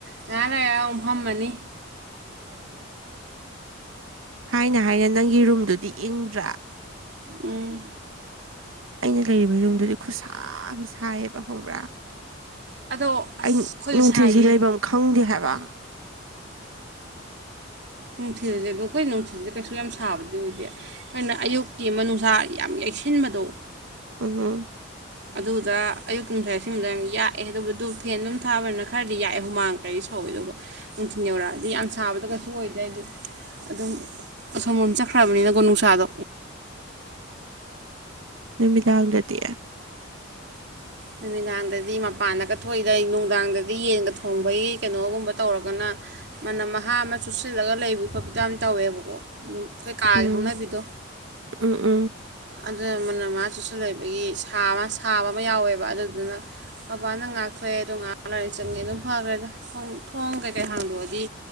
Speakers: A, on the right; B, on the right.
A: ꯉꯍꯥꯟ ꯂ ꯑ ꯐꯝꯃꯅꯤꯅꯤ
B: ꯍꯥꯏꯅ ꯍꯥꯏꯅ ꯅꯪꯒꯤ ꯔꯨꯝꯗꯨꯗꯤ ꯏꯪꯗ꯭ꯔꯥ
A: ꯎꯝ
B: ꯑꯩꯅ ꯂꯩꯔꯤꯕ ꯌꯨꯝꯗꯨꯗꯤ ꯈꯨꯠꯁꯥ ꯁꯥꯏꯌꯦꯕ ꯈꯪꯕ꯭ꯔꯥ
A: ꯑꯗꯣ ꯑꯁ
B: ꯑꯩ
A: ꯑꯩꯈꯣꯏꯁꯨ
B: ꯅꯨꯡꯊꯤꯜꯁꯦ
A: ꯁꯥꯏꯍꯦ
B: ꯂꯩꯐꯝ ꯈꯪꯗꯦ ꯍꯥꯏ ꯀꯥꯡ
A: ꯅꯨꯡꯊꯤꯜꯁꯦ ꯑꯗꯨꯣ ꯑꯩꯈꯣꯏ ꯅꯨꯡꯊꯤꯜꯁꯗ ꯀꯩꯁꯨ ꯌꯥꯝ ꯁꯥꯕꯗꯤ ꯑꯣꯏꯗꯦ ꯑꯩꯈꯣꯏꯅ ꯑꯌꯨꯛꯀꯤ ꯑꯃ ꯅꯨꯡꯁꯥ ꯌꯥꯝ ꯌꯩꯁꯤꯟ ꯇꯟꯃꯗꯣ
B: ꯎꯝꯝ
A: ꯑꯗꯨꯗ ꯑꯌꯨꯛꯀꯤ ꯅꯨꯡꯁꯥ ꯁꯤꯟꯕꯗꯣ ꯌꯥꯝ ꯌꯥꯛꯑꯦ ꯑꯗꯨꯕꯨꯗꯨ ꯐꯦꯟ ꯑꯗꯨꯝ ꯊꯥꯕꯅꯤꯅ ꯈꯔꯗꯤ ꯌꯥꯛꯑꯦ ꯍꯨꯃꯥꯡꯇꯔꯤ ꯁꯧ ꯐꯥꯎꯋꯦꯗꯧꯕ ꯅꯨꯡꯊꯤꯟꯜ ꯌꯧꯔꯛꯑꯗꯤ ꯌꯥꯝ ꯁꯥꯕꯗꯣ ꯀꯩꯁꯨ ꯑꯣꯏꯗ꯭ꯔꯦ ꯑꯩꯗꯤ ꯑꯗꯨꯝ ꯑꯁꯣꯝ ꯑꯃ ꯆꯠꯈ꯭ꯔꯕꯅꯤꯅꯀꯣ ꯅꯨꯡꯁꯥꯗꯣ
B: ꯅꯨꯃꯤꯗꯥꯥꯡꯗꯗꯤ
A: ꯅꯨꯃꯤꯗꯥꯡꯗꯗꯤ ꯃꯄꯥꯟꯗꯒ ꯊꯣꯛꯏꯗꯩ ꯅꯨꯡꯗꯥꯡꯗꯗꯤ ꯌꯦꯟꯒ ꯊꯣꯡꯕꯒꯤ ꯀꯩꯅꯣꯒꯨꯝꯕ ꯇꯧꯔꯒꯅ ꯃꯅꯝ ꯃꯍꯥ ꯑꯃ ꯆꯨꯞꯁꯤꯜꯂꯒ ꯂꯩꯕꯒꯤ ꯈꯣꯠꯄꯗ ꯌꯥꯝ ꯇꯧꯋꯦꯕꯀꯣ ꯑꯩꯈꯣꯏ ꯀꯥꯒꯤ
B: ꯎꯝ
A: ꯍꯧꯅꯕꯤꯗꯣ
B: ꯎꯝ ꯎꯝ
A: ꯑꯗꯨꯅ ꯃꯅꯝ ꯃꯥꯍ ꯆꯨꯜꯁꯟ ꯂꯩꯕꯒꯤ ꯁꯥꯕ ꯁꯥꯕ ꯑꯃ ꯌꯥꯎꯋꯦꯕ ꯑꯗꯨꯗꯨꯅ ꯃꯄꯟꯗ ꯉꯥꯛꯊꯣꯛꯑꯦꯗꯣ ꯉꯥꯛ ꯂꯥꯩꯔꯥ ꯆꯪꯉꯦ ꯑꯗꯨꯝ ꯐꯈ꯭ꯔꯦꯗ ꯊꯣꯡ ꯀꯩꯀꯩ ꯍꯥꯡꯗꯣꯛꯑꯗꯤ